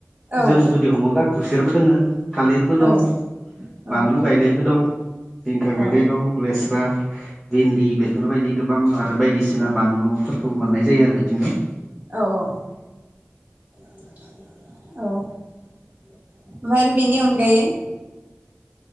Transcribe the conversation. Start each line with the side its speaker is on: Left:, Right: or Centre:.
Right: औ
Centre: जों जु दि हमोबा खुसेरबो दोङो। थालिरबो दं,
Right: औ औ
Centre: बानलु गायनायबो दं, जिंखा
Right: औ
Centre: गायनाय दं। लेस्रा। भिन्दि बेफोरबायदि गोबां आरो बायदिसिना बानलुफोरखौबो मोननाय जायो आरो बिथिङै।
Right: औ औ। औ ओमफ्राय आरो बिनि अनगायै